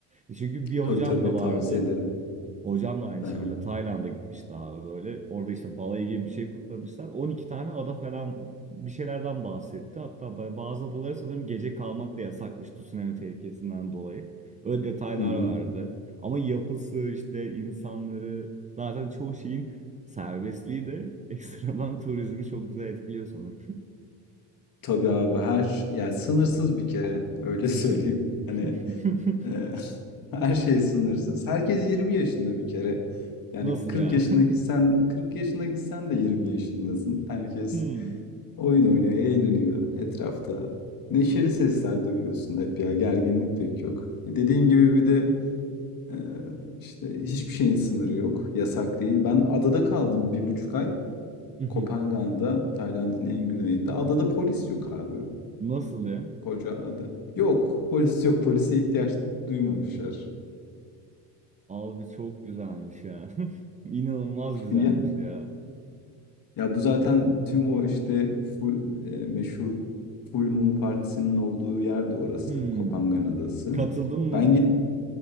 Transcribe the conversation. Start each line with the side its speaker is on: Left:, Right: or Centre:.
Right: E Çünkü bir hocam
Left: Tabii tabii
Right: da vardı.
Left: tavsiye ederim.
Right: Hocam da aynı şekilde
Left: Aha.
Right: Tayland'a gitmişti abi böyle. Orada işte balayı gibi bir şey kutlamışlar. 12 tane ada falan bir şeylerden bahsetti. Hatta ba- bazı adalara sanırım gece kalmak da yasakmış tsunami tehlikesinden dolayı. Öyle detaylar
Left: Hı hı.
Right: vardı. Ama yapısı işte insanları zaten çoğu şeyin serbestliği de <laughs> ekstradan turizmi çok güzel etkiliyor sanırım.
Left: Tabii abi her yani sınırsız bir kere öyle <laughs> söyleyeyim.
Right: Mhm.
Left: Hani
Right: <laughs>
Left: e, <laughs> her şey sınırsız. Herkes 20 yaşında bir kere. Yani
Right: Nasıl
Left: 40
Right: ya?
Left: yaşına
Right: <laughs>
Left: gitsen 40 yaşına gitsen de 20 yaşındasın. Herkes
Right: Hmm.
Left: oyun oynuyor, eğleniyor etrafta. Neşeli sesler duyuyorsun hep ya gerginlik pek yok. E, Dediğin gibi bir de e, işte hiçbir şeyin sınırı yok. Yasak değil.
Right: Hmm.
Left: Ben adada kaldım bir buçuk ay.
Right: <laughs>
Left: Kopangan'da, Tayland'ın en güneyinde. Adada polis yok abi.
Right: Nasıl ya?
Left: Koca adam. Yok, polis yok. Polise ihtiyaç duymamışlar. <laughs>
Right: Abi çok güzelmiş ya. <laughs> İnanılmaz güzelmiş
Left: Ya
Right: ya.
Left: ya bu zaten
Right: Of.
Left: tüm
Right: <laughs>
Left: o işte full, e, meşhur Full Moon Partisi'nin olduğu yer de orası.
Right: Hmm.
Left: Kopangan Adası.
Right: Katıldın mı?
Left: Ben git